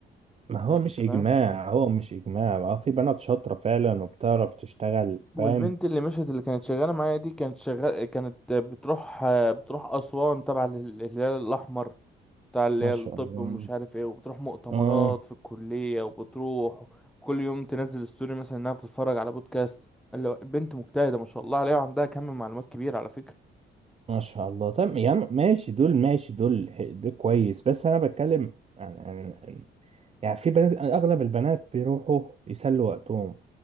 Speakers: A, on the right (about 30°); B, in the centre.
A: ما هو مش
B: انت
A: اجماع
B: فاهم
A: هو مش اجماع ما هو في بنات شاطرة فعلا وبتعرف تشتغل
B: والبنت
A: فاهم
B: اللي مشت اللي كانت شغالة معايا دي كانت شغال كانت بتروح بتروح أسوان تبع لل- الهلال الأحمر بتاع اللي
A: ما
B: هي
A: شاء
B: الطب
A: الله
B: ومش عارف ايه وبتروح مؤتمرات
A: اه
B: في الكلية وبتروح كل يوم تنزل ستوري مثلا انها بتتفرج على بودكاست اللي هو البنت مجتهدة ما شاء الله عليها وعندها كم معلومات كبير على فكرة
A: ما شاء الله طب يا عم ماشي دول ماشي دول ح- ده كويس بس انا بتكلم عن عن- عن- يعني في بنات اغلب البنات بيروحوا يسلوا وقتهم